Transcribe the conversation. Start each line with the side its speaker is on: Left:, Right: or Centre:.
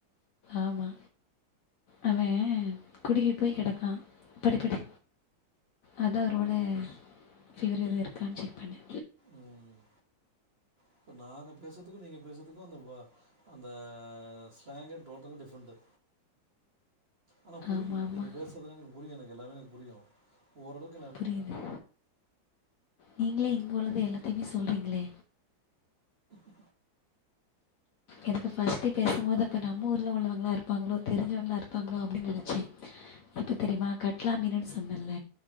Left: ஆமா அவன் குடுகி போய் கிடக்கா படு படு அத்தா ஒரு வேல ஃபிவர் எதும் இருக்கான்னு செக் பண்ணே
Right: ம் இப்ப நாங்க பேசறதுக்கும் நீங்க பேசறதுக்கும் அந்த வா அந்த ஸ்லாங்கே டோட்டலா டிஃப்ரெண்ட்டு ஆனா புரியு
Left: ஆமாம் ஆமாம்
Right: நீங்க பேசறது எல்லா எனக்கு புரியு எனக்கு எல்லாமே எனக்கு புரியு ஓரளவுக்
Left: புரியல நீங்களே இங்க உள்ளத எல்லாத்தையுமே சொல்றீங்ளே
Right: ச
Left: எனக்கு ஃபர்ஸ்ட்டு பேசம்போது அப்ப நாம் நம்ம ஊர்ல உள்ளவங்களா இருப்பாங்களோ தெரிஞ்சவங்களா இருப்பாங்களோ அப்படின்னு நினைச்சே எப்ப தெரியுமா கட் கிலா மீனுன்னு சொன்னல்ல